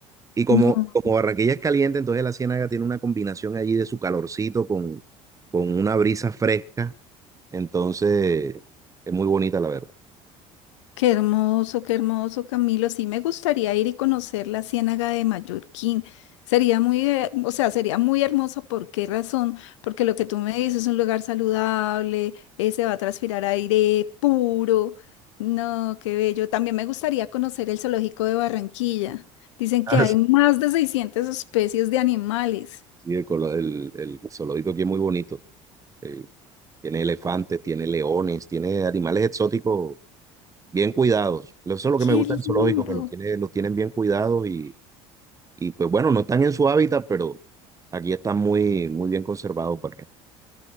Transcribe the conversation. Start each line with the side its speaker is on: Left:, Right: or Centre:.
Right: Y como,
Left: No.
Right: como Barranquilla es caliente, entonces la Ciénaga tiene una combinación allí de su calorcito con, con una brisa fresca, entonces es muy bonita la verdad. <laughs>
Left: Qué hermoso, qué hermoso, Camilo. Sí, me gustaría ir y conocer la Ciénaga de Mallorquín. Sería muy, eh, o sea, sería muy hermoso. ¿Por qué razón? Porque lo que tú me dices es un lugar saludable, eh, se va a transpirar aire puro. No, qué bello. También me gustaría conocer el zoológico de Barranquilla. Dicen
Right: Ah,
Left: que hay
Right: sí.
Left: más de 600 especies de animales.
Right: Sí, el, colo- el, el zoológico aquí es muy bonito. eh, tiene elefantes, tiene leones, tiene animales exóticos bien cuidados. Eso es lo
Left: Qué
Right: que me gusta
Left: lindo.
Right: del zoológico, que los tiene, los tienen bien cuidados y Y pues bueno, no están en su hábitat, pero aquí están muy, muy bien conservados porque,